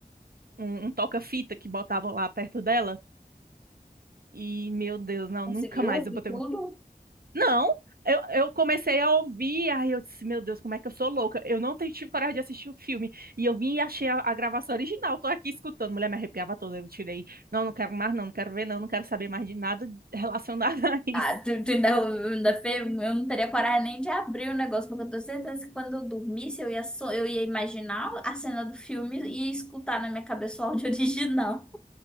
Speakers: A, on the right; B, in the centre.
A: Um, um toca-fita que botavam lá perto dela e meu Deus, não,
B: Conseguiu
A: nunca mais eu botei
B: e tudo?
A: um... Não, eu, eu comecei a ouvir, aí eu disse, meu Deus, como é que eu sou louca? Eu não te- tive coragem de assistir o filme. E eu vim e achei a, a gravação original, tô aqui escutando. Mulher, me arrepiava toda, eu tirei. Não, não quero mais, não, não quero ver, não, não quero saber mais de nada <laughs> relacionado a isso.
B: Ah, tu, tu ainda, ainda fez? Eu não teria coragem nem de abrir o negócio, porque eu tenho certeza que quando eu dormisse, eu ia, so- eu ia imaginar a cena do filme e escutar na minha cabeça o áudio original.